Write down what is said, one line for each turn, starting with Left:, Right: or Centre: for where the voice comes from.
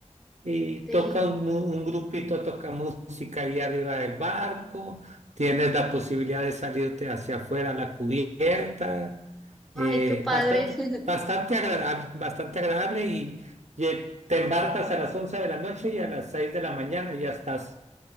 Right: y
Centre: Sí.
Right: toca un, mu- un grupito, toca música ahí arriba del barco, tienes la posibilidad de salirte hacia afuera a la cubierta, eh,
Centre: Ay, qué padre.
Right: bastante,
Centre: <laughs>
Right: bastante agradable, bastante agradable y, y, eh, te embarcas a las 11 de la noche y a las 6 de la mañana ya estás